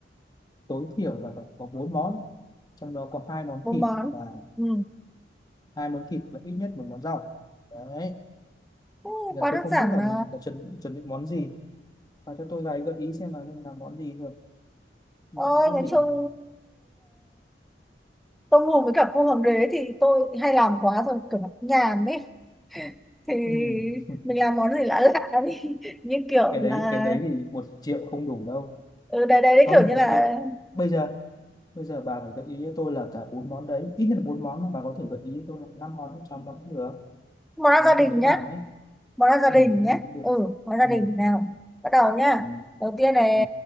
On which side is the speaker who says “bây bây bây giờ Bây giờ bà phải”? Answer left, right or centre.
Left